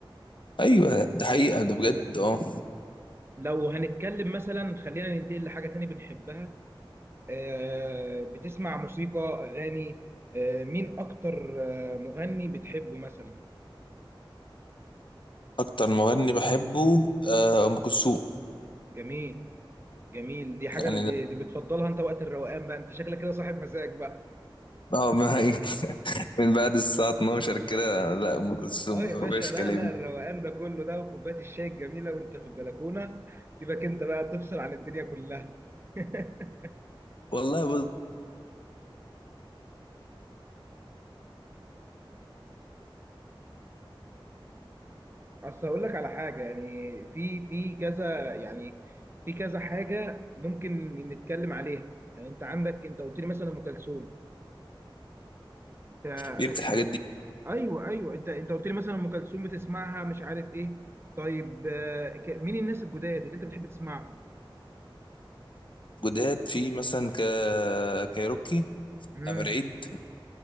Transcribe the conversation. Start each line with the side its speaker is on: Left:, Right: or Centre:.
Left: ايوه ده حقيقه ده بجد اه
Right: لو هنتكلم مثلا خلينا ننتقل لحاجة تانية بنحبها آه، بتسمع موسيقى أغاني آه، مين أكتر آه، مغني بتحبه مثلا
Left: اكتر مغني بحبه آه، ام كلثوم
Right: جميل جميل دي حاجة
Left: يعني
Right: دي دي بتفضلها أنت وقت الروقان بقى أنت شكلك كده صاحب مزاج بقى
Left: اه ما هي <laughs> من بعد الساعه 12 كده لا ام كلثوم
Right: اه
Left: بقى
Right: يا
Left: ما
Right: باشا
Left: فيهاش
Right: لا
Left: كلام
Right: لا الروقان ده كله ده وكوبايه الشاي الجميله وانت في البلكونه سيبك انت بقى تفصل عن الدنيا كلها <laughs>
Left: والله بص
Right: اصل هقول لك على حاجه يعني في في كذا يعني في كذا حاجه ممكن نتكلم عليها يعني انت عندك انت قلت لي مثلا ام كلثوم انت آه،
Left: بيمت الحاجات دي
Right: ايوه ايوه انت انت قلت لي مثلا ام كلثوم بتسمعها مش عارف ايه طيب آه، ك- مين الناس الجداد اللي انت بتحب تسمعهم
Left: جداد في مثلا ك... كايروكي
Right: امم
Left: أمير عيد